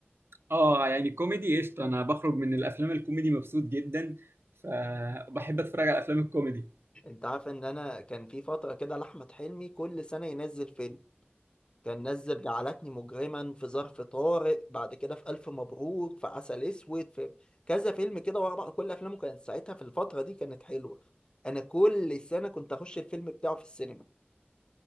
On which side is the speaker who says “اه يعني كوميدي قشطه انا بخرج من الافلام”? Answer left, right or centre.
Right